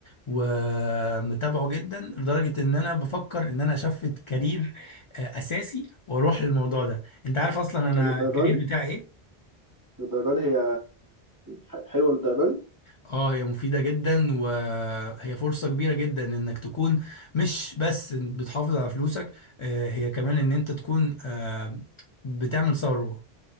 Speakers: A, on the left; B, on the right.
A: ومتابعه جدا لدرجة إن أنا بفكر إن أنا أشفت كارير آه، أساسي وأروح للموضوع ده أنت عارف أصلا أنا
B: للدرجه
A: الكارير
B: دي
A: بتاعي إيه؟
B: للدرجه دي هي ح- حلوه للدرجه دي
A: اه هي مفيدة جدا وهي فرصة كبيرة جدا انك تكون مش بس بتحافظ على فلوسك آه، هي كمان ان انت تكون آه، بتعمل ثروة